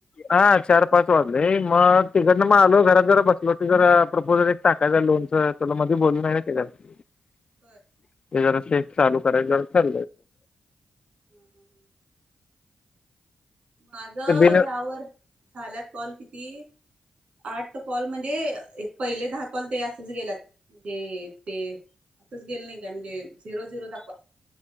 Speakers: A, on the left; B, on the right.
A: हा चार पाच वागली मग तिकडनं मग आलो घरात जरा बसलो ती जरा प्रपोजल एक टाकायच लोनच तुला मध्ये बोलूय ना त्या ते
B: बर
A: जरा शेक चाू करेल ज चा
B: हम्म हम्म हम्म माझ
A: ते बिन
B: ह्यावर झाल्यात कॉल किती आठ कॉल म्हणजे एक पहिले दहा कॉल ते असच गेलातणजे ते असंच गेलं नाही काय म्हणजे झिरो झिरो दाखवा